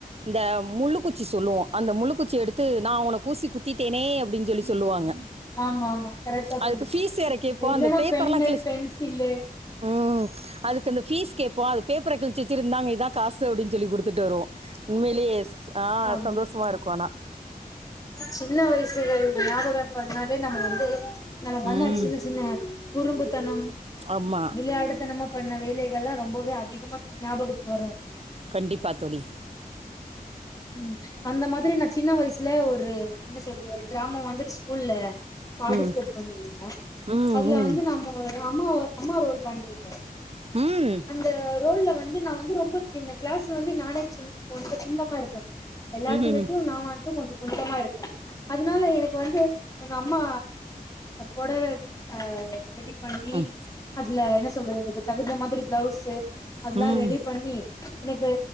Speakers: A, on the right (about 40°); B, on the left (about 25°).
A: இந்த முள்ளுக்குச்சி சொல்லுவோம் அந்த முள்ளுக்குச்சி எடுத்து நா ஒனக் ஊசி குத்திட்டேனே அப்டின் சொல்லி சொல்லுவாங்க
B: ஆமா ஆமா கரெட்டா சொன்னீங்க
A: அதுக்கு ஃபீஸ் வேற கேட்போம்
B: இல்லன்னா
A: அந்த பேப்பர்லாம்
B: பென்னு
A: கிழிச்சு
B: பென்சீலு
A: ம் அதுக்கு அந்த பீஸ் கேப்போ அது பேப்பர கிழிச்சிச்சிருந்தாங்க இதா காசு அப்டின் சொல்லி குடு த்துட்டு வருவோ உண்மையிலே ஸ் ஆ
B: ஆமா
A: சந்தோஷ்மா இருக்கு ஆனா
B: சின்ன வயசுள. இருந்து ஞாபகம் பன்னாலே நமக்கு வந்து நம்ப பண்ண
A: ம்
B: சின்ன சின்ன குறும்புத்தனம்
A: ஆமாம்
B: விளையாட்டு தனமா பண்ண வேலை இதல்லா ரொம்பவே அதிகமா ஞாபகத்துக்கு வரும்
A: கண்டிப்பா தோழி
B: ம் அந்த மாதிரி நா சின்ன வயசுல ஒரு என்ன ஒரு டிராமா வந்துரு ஸ்கூல்ல பாட்டி
A: ம்
B: சபோட் பண்ணிருந்த
A: ம்
B: அதுல
A: ம்
B: வந்து நம்ப ஒரு நம்ம ஒரு அம்மா ரோல் பண்ணிருந்த
A: ம் ம்
B: அந்த ரோல்ல வந் வந்து நா வந்து ரொம்ப என் கிளாஸ்ல வந்து நானே கொஞ்ச குள்ளமா இரு <unintelligible> எல்லாத்து
A: ம்
B: விட்டு நம்ம கொஞ்ச கொஞ்சமா இருக்கு அதனால எனக்கு வந்து எங்க அம்மா பொடவ அ ரெடி பண்ணி
A: ம்
B: அதுல என்ன சொல்றது தகுந்த மாதிரி பிளவுஸ்சு அதல்லா
A: ம் ம்
B: ரெடி பண்ணி எனக்கு